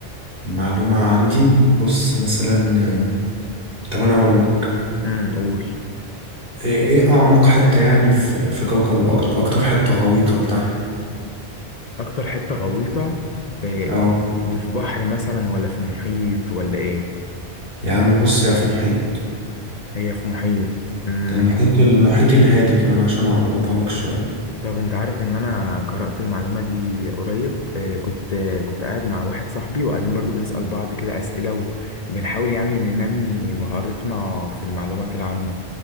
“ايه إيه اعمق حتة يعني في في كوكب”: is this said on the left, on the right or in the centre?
Right